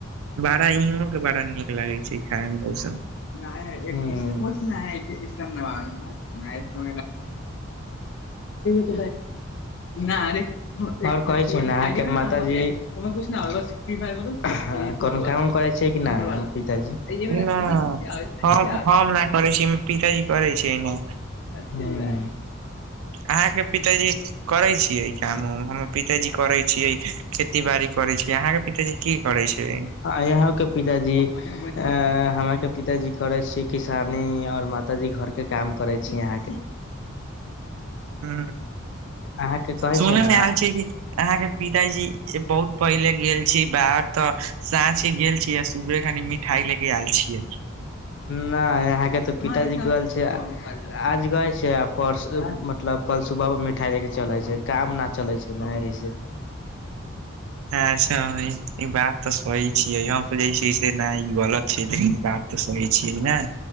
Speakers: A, on the right; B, on the left.
A: बड़ा इहों के बड़ा नीक लागै छै खाय मे उस
B: नहि नहि इसम न ब <unintelligible> नहि त की प अरे <unintelligible> <unintelligible> आओर कहै छी अहाँके माताजी कोनो कामो करै छै कि नै हम पिताजी <unintelligible> य
A: ना
B: मतल खुशी
A: हम
B: आ
A: हम नहि करै छी पिताजी करै छै ने
B: एतने <unintelligible>
A: अहाँकेँ पिताजी करै छियै, काम उम हमर पिताजी करै छियै खेती बाड़ी। करै छै अहाँकेँ पिताजी कि करै छै।
B: आइ अहाँकेँ पिताजी। अ हमरके पिताजी करै छियै किसानी आओर माताजी घरके काम करै छै अहाँकेँ।
A: ह,
B: अहाँ के कहै
A: सुनेमे
B: छै ने
A: आयल छै कि। अहाँकेँ पिताजी बहुत पहिले गेल छै बाहर तऽ साँझ। गेल छीय आ सुबरे खी मिठइ लेगे आयल छै।
B: नहि अहाँकेँ तऽ पिताजी कल छै। आज गाए छै, आ परस मतलब कल सुबह पर मिठाई लेके चले छै काम न चलै छै, ने एहि से
A: अच्छा ई बात तऽ सही छियै य पर ज। किसे नहि ई गलत छै, लेकिन बात तऽ सही छियै ने।